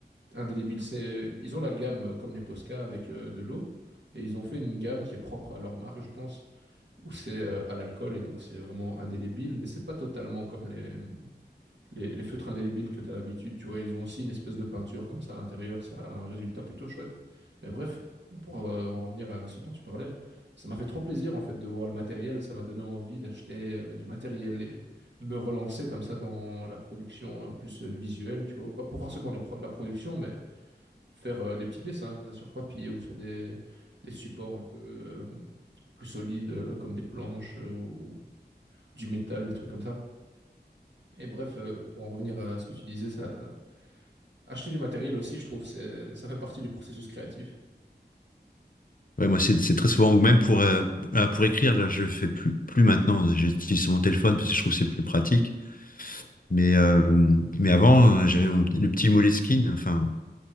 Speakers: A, on the right (about 85°); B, on the left (about 50°).
A: indélébile. C'est, ils ont la gamme euh, comme les Posca avec euh, de l'eau, et ils ont fait une gamme qui est propre à leur marque, je pense, où c'est euh, à l'alcool, et donc c'est vraiment indélébile, mais c'est pas totalement comme les, les, les feutres indélébiles que tu as l'habitude, tu vois, ils ont aussi une espèce de peinture comme ça à l'intérieur, ça a un résultat plutôt chouette. Mais bref, pour euh, en revenir à ce dont tu parlais, ça m'a fait trop plaisir en fait de voir le matériel, ça m'a donné envie d'acheter euh, du matériel et de me relancer comme ça dans la production euh, plus euh, visuelle, tu vois, ou pas pour forcément la, pro- la production, mais faire euh, des petits dessins comme ça sur papier ou sur des, des supports un peu euh, plus solides euh, comme des planches euh, ou du métal, des trucs comme ça. Et bref, euh, pour en revenir à ce que tu disais, ça, Acheter du matériel aussi, je trouve, c'est, ça fait partie du processus créatif.
B: Ouais, moi, c'est c'est très souvent, ou même pour, euh, ah, pour écrire, là, je le fais plus, plus maintenant. J'utilise mon téléphone parce que je trouve que c'est plus pratique. Mais, euh, mais avant, euh, j'avais mon, petit- le petit Moleskine. Enfin,